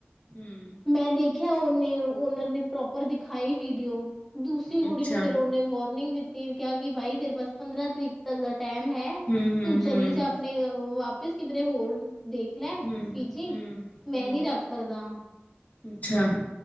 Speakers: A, on the left (about 40°); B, in the centre.
A: ਹੂੰ
B: ਮੈਂ ਦੇਖਿਆ ਉਹਨੇ ਓਨਰ ਨੇ ਪ੍ਰੋਪ ਪਰ ਦਿਖਾਈ ਵੀਡੀਓ ਦੂਸਰੀ ਕੁੜੀ
A: ਅੱਛਾ
B: ਨੂੰ ਫਿਰ ਉਹਨੇ ਵੋਰਨਿੰਗ ਦਿੱਤੀ ਕਿਹਾ ਕਿ ਬਾਈ ਤੇਰੇ ਬਸ ਪੰਦਰਾਂ ਤਰੀਕ ਤੱਕ ਦਾ ਟੈਮ ਹੈ ਤੂੰ
A: ਹੂੰ ਹੂੰ
B: ਚਲੀ
A: ਹੂੰ
B: ਜਾ ਆਪਣੇ ਵਾਪਿਸ ਕਿਧਰੇ ਹੋਰ ਦੇਖ ਲੈ
A: ਹੂੰ
B: ਪੀਜੀ
A: ਹੂੰ
B: ਮੈਂ
A: ਹੂੰ
B: ਨਹੀਂ ਰੱਖ ਸਕਦਾ
A: ਅੱਛਾ